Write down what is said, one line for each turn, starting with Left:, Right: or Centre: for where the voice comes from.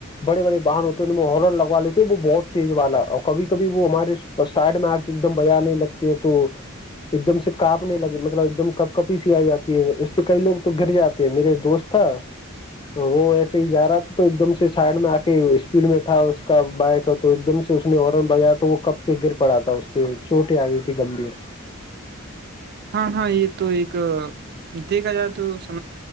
Left: بڑے بڑے ہورن لگوا لیتے وہ بہت تیز والا اور کبھی کبھی وہ ہمارے سائڈ میں آ کے ایک دم بیاار نہیں لگتے تو ایک دم سے کانپنے لگے مطلب ایک دم کپ کپی سی آ جاتی ہے اس سے کئی لوگ تو گر جاتے ہیں میرے دوست تھا وہ ایسے ہی جا رہا تھا تو ایک دم سے سائڈ میں آ کے اسپیڈ میں تھا اس کا بک تو ایک دم سے اس نے ہارن بجایا تو وہ کپ کے گر پڑا تھا اس کے چوٹیں آ گئی تھی گمبھیر
Right: ہاں ہاں یہ تو ایک دیکھا جائے تو س